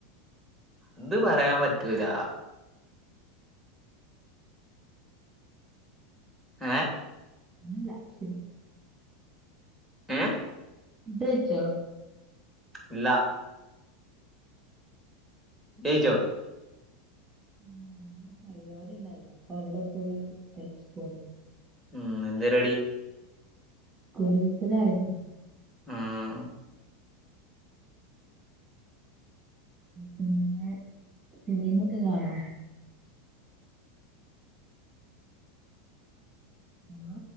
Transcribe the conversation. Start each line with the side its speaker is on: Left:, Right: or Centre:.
Centre: അത് പറയാൻ പറ്റൂലാ ഏഹ്
Right: ഒന്നുല്ല ശെരി
Centre: ഏഹ്
Right: ഫുഡ്‌ കയിച്ചോ
Centre: ഇല്ല ഏയ്ജോ
Right: ആ ഇന്ന് പരിപാടിണ്ടായിരുന്നു അപ്പൊ അവിടെ പോയി കയ്ച്ചിട്ടു പോന്നു.
Centre: ഉം എന്തരിപാടി?
Right: കുടിര്ക്കലായിരുന്നു.
Centre: ആഹ്.
Right: പിന്നെ... ഫിലിം ഒക്കെ കാണോ? ഹലോ